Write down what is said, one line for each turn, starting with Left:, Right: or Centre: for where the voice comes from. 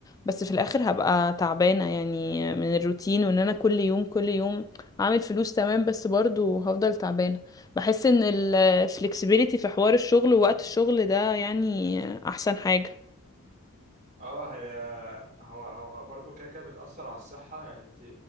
Left: بس في الاخر هبقى تعبانة يعني من الروتين وان انا كل يوم كل يوم هعمل فلوس تمام بس برضو هفضل تعبانة بحس ان ال flexibility في حوار الشغل ووقت الشغل ده يعني احسن حاجة
Right: اه هي هو هو برضو كده كده بتأثر على الصحة يعني انت